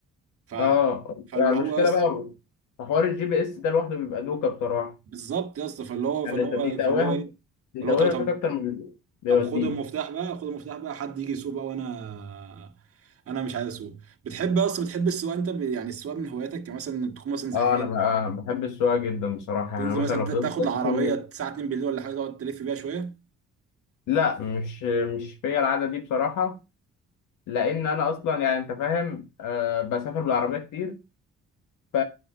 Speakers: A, on the right (about 50°); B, on the left (about 90°).
A: ف
B: اه
A: فاللي
B: يعني المشكله
A: هو يا اسطى
B: بقى في حوار الجي بي اس ده لوحده بيبقى دوكه بصراحه
A: بالظبط يا اسطى فاللي هو فاللي
B: يعني انت
A: هو
B: بيتوهك
A: فاللي هو ايه
B: بيتوهك
A: فاللي هو طب
B: اكتر من بي- بيوديك
A: طب خد المفتاح بقى خد المفتاح بقى حد يجي يسوق بقى وانا انا مش عايز اسوق بتحب اصلا بتحب السواقه انت ب... يعني السواقه من هواياتك يعني مثلا تكون مثلا زهقان
B: اه انا بقى بحب السواقه جدا بصراحه
A: تنزل
B: يعني مثلا
A: مثلا
B: لو
A: ت- تاخد
B: فضلت
A: العربيه
B: طول
A: الساعه 2 بالليل ولا حاجه تقعد تلف بيها شويه
B: لا مش مش فيا العاده دي بصراحه لان انا اصلا يعني انت فاهم آه بسافر بالعربيه كتير ف